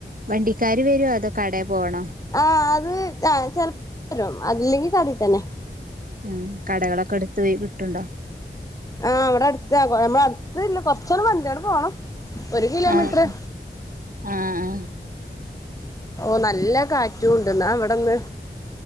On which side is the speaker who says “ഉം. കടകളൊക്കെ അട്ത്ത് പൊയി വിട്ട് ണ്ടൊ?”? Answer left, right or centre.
Right